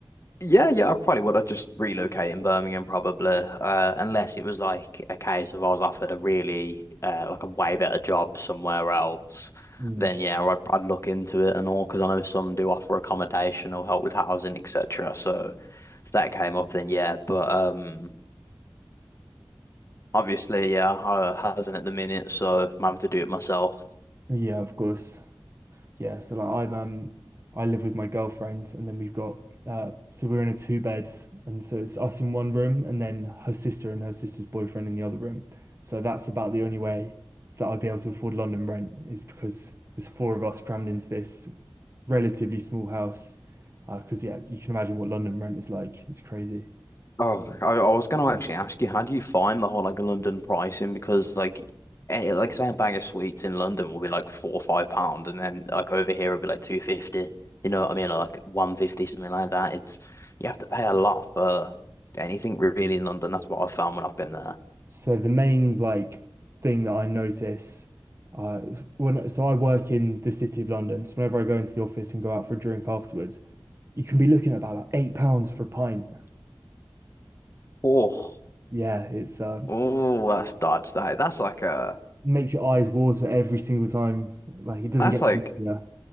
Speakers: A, on the left; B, on the right.
A: Yeah, yeah, I probably would. I'd just relocate in Birmingham probably, uh, unless it was like a case of I was offered a really uh, like a way better job somewhere else.
B: Mm.
A: Then yeah, I'd I'd look into it and all because I know some do offer accommodation or help with housing, etc. So if that came up, then yeah. But um, obviously, yeah, I hasn't at the minute, so I'm having to do it myself.
B: Yeah, of course. Yeah, so like I'm um I live with my girlfriend and then we've got uh so we're in a two bed and so it's us in one room and then her sister and her sister's boyfriend in the other room. So that's about the only way that I'd be able to afford London rent is because there's four of us crammed into this relatively small house. Uh, 'cause because yeah, you can imagine what London rent is like. It's crazy.
A: Oh, I, I was going to actually ask you, how do you find the whole like London pricing? Because like, eh, like say a bag of sweets in London will be like four or five pound, and then like over here it'll be like two fifty. You know what I mean? Or, Like one fifty, something like that. It's you have to pay a lot for anything really in London. That's what I've found when I've been there.
B: So the main like thing that I notice uh when so I work in the City of London, so whenever I go into the office and go out for a drink afterwards, you can be looking at about like eight pounds for a pint.
A: Oh,
B: Yeah, it's uh
A: oh, that's dodge that. That's like a
B: makes your eyes water every single time. Like it doesn't
A: that's
B: get
A: like
B: easier.